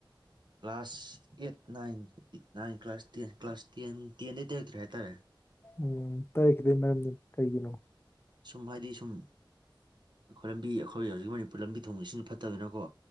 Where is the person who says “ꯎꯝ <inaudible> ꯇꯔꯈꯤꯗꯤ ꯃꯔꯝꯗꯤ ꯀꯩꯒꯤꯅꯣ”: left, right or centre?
Left